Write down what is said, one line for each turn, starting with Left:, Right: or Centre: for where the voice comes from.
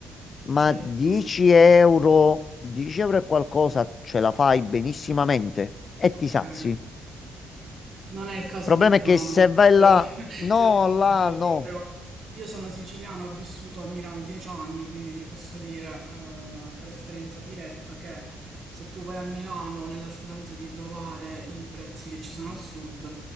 Left: ma
Right: ci escono.
Left: 10 euro, 10 euro e qualcosa ce la fai benissimamente e
Right: Ok.
Left: ti sazi. Il
Right: Non è il caso
Left: problema
Right: di Milano,
Left: è che se vai
Right: te
Left: là,
Right: lo, <laughs>
Left: no,
Right: te lo dico
Left: là,
Right: già
Left: no,
Right: proprio. Io sono siciliana, ho vissuto a Milano dieci anni, quindi ti posso dire eh, per esperienza diretta che se tu vai a Milano nella speranza di trovare i prezzi che ci sono al sud,